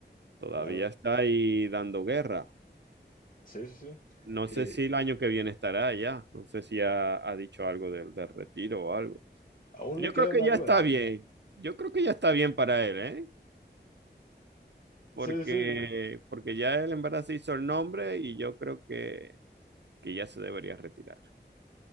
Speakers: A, on the right (about 70°); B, on the left (about 45°).
A: Todavía
B: Claro.
A: está ahí dando guerra.
B: Sí, sí, sí.
A: No sé
B: Eh,
A: si el año que viene estará allá. No sé si ha, ha dicho algo del, del retiro o algo.
B: aún
A: Yo
B: le quedan
A: creo que
B: algo
A: ya está
B: de años.
A: bien. Yo creo que ya está bien para él, ¿eh? Porque,
B: Sí, sí.
A: porque ya él en verdad se hizo el nombre y yo creo que, que ya se debería retirar.